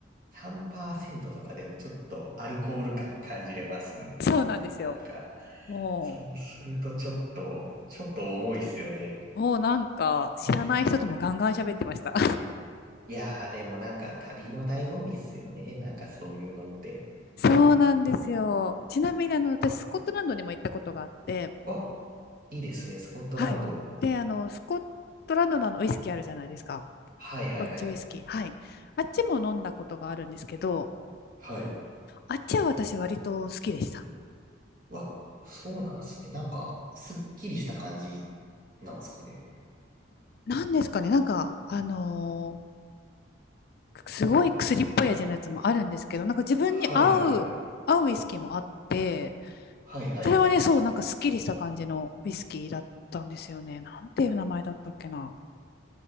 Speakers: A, on the right; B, on the left.
A: 3%とかでもちょっとアルコール感感じれますもんね。
B: そうなんですよ。
A: なんか、
B: も
A: そうするとちょっと、ちょっと重いっすよね。
B: う、もうなんか、知らない人ともガンガン喋ってました。
A: いやー、でもなんか旅の醍醐味っすよね。なんかそういうのって。
B: <laughs> そうなんですよ。ちなみに、あの、私、スコットランドにも行ったことがあって、
A: わ、いいですね、スコットランド。
B: はい。で、あの、スコットランドのあの、ウイスキーあるじゃないですか。
A: はいはいはい。
B: スコッチウイスキー。はい。あっちも飲んだことがあるんですけど、
A: はい。
B: あっちは私割と好きでした。
A: わ、そうなんすね。なんか、すっきりした感じなんすかね。
B: なんですかね、なんか、あのーすごい薬っぽい味のやつもあるんですけど、なんか自分に合う、
A: はいはいはい。
B: 合うウイスキーもあって、
A: はいはいはい。
B: それはね、そう、なんかすっきりした感じのウイスキーだったんですよね。なんていう名前だったっけな。